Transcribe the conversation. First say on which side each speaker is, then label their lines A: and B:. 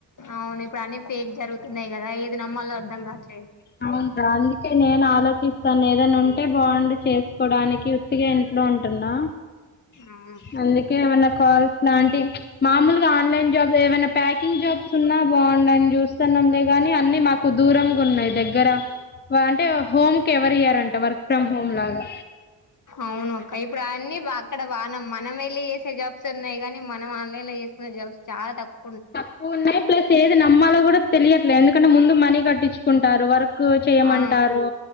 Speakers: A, on the left (about 35°); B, on the left (about 20°).
A: అవును ఇప్పుడు అన్నీ ఫేక్ జరుగుతున్నాయి కదా ఏది నమ్మలో అర్థం కావట్లేదు
B: అవున అ నే ఆలోచిం తను ఏదైనా ఉంటే బాగుండు చేసుకోవడానికి ఉత్తిగా ఇంట్లో ఉంటున్నా
A: అవును
B: అందుకే ఏమన్నా క ఇలాంటి మామూలుగా న్ జాబ్ ఏవ ప్యాకింగ్ జాబ్స్ ఉన్నా బాగుండు అని చూస్తున్నాంలే కాగాని, అన్ని మాకు దూరంగా ఉన్నాయి దగ్గర దగ్గర అంటే హోమ్ కి ఎవరు ఇవ్వరంట వర్క్ ఫ్రమ్ హోమ్ లాగా
A: అవును అక్క ఇప్పుడు అన్ని అక్కడ వానం మనం వెళ్ళి చేసే జాబ్స్ ఉన్నాయి కానీ మనం ఆన్లైన్ లో చేసుకున్న జబ్స్ చాలా తక్కు
B: తక్కువ ఉన్నాయి ప్లస్ ఏది నమ్మాలో కూడా తెలియట్లేదు ముందు మనీ కట్టించుకుంటరు వర్క్ చేయమంటారు
A: ఆ